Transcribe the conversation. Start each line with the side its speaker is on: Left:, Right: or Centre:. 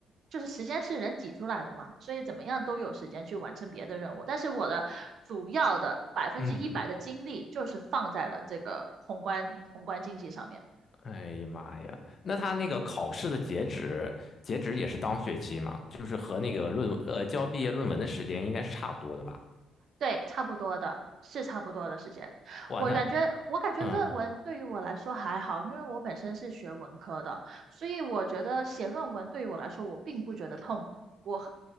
Right: 就是时间是人挤出来的嘛，所以怎么样都有时间去完成别的任务。但是我的主要的百分之一百的精力就是放在了这个宏观宏观经济上面。
Left: 嗯，哎呀妈呀！那他那个考试的截止，截止也是当学期嘛，就是和那个论呃交毕业论文的时间应该是差不多的吧？
Right: 对，差不多的，是差不多的时间。
Left: 哇，
Right: 我感觉，
Left: 那
Right: 我感觉论文对于我来说还好，
Left: 嗯
Right: 因为我本身是学文科的，所以我觉得写论文对于我来说，我并不觉得痛苦，我很